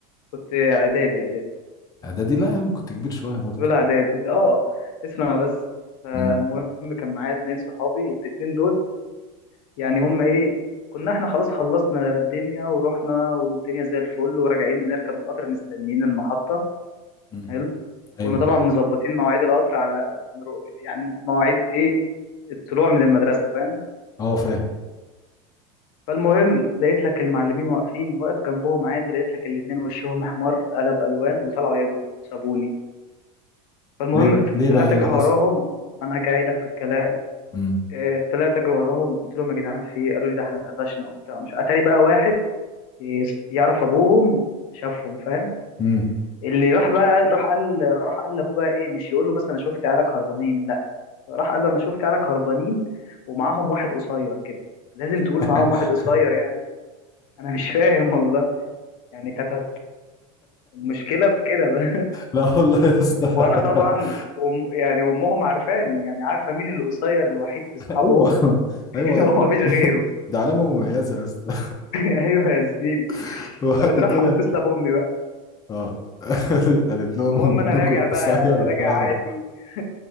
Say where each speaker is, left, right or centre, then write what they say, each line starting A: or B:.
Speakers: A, on the left (about 70°); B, on the left (about 20°).
A: كنت اعدادي اعدادي
B: اعدادي لا يا عم كنت كبير شوية برضو
A: اولى اعدادي اه اسمع بس المهم
B: امم
A: كان معايا اتنين صحابي الاتنين دول يعني هما ايه كنا احنا خلاص خلصنا الدنيا ورحنا والدنيا زي الفل وراجعين بنركب القطر مستنيين المحطة
B: امم
A: حلو كنا
B: ايوه
A: طبعا
B: معاك
A: مظبطين مواعيد القطر على نرو- يعني مواعيد ايه الطلوع من المدرسه فاهم
B: اه فاهم
A: فالمهم لقيت لك المعلمين واقفين واقف جنبهم عادي لقيت لك الاتنين وشهم احمر قلب الوان وطلعوا يجروا سابوني فالمهم
B: ليه بقى
A: فت-
B: ليه
A: طلعت
B: بقى ايه
A: اجري
B: اللي حصل
A: وراهم انا جاي لك في الكلام
B: امم
A: إيه، طلعت اجري وراهم قلت لهم يا جدعان في إيه؟ قالوا لي ده احنا اتقفشنا وبتاع مش اتاري بقى واحد يس- يعرف ابوهم شافهم فاهم
B: امم
A: اللي راح بقى راح قال راح قال لابوه بقى ايه مش يقول له مثلا شفت عيالك هربانين لا راح قال له انا شفت عيالك هربانين ومعاهم واحد قصير كده لازم تقول
B: <laughs>
A: معاهم واحد قصير يعني انا مش فاهم والله يعني كانت المشكله في كده بقى
B: لا والله يا
A: <laughs>
B: اسطى <laughs>
A: وانا طبعا أم يعني امهم عارفاني يعني عارفه مين اللي قصير الوحيد في اصحابهم
B: ايوه
A: <laughs>
B: ايوه
A: هو مفيش غيره
B: ده علامة مميزة يا اسطى
A: <laughs> ايوه يا زميلي
B: <laughs> وبعد
A: قامت
B: كده
A: رايحه متصله بامي بقى
B: اه <laughs> قالت لهم
A: المهم
B: ابنكم
A: انا راجع بقى
B: قصير
A: راجع
B: شعره
A: عادي <laughs>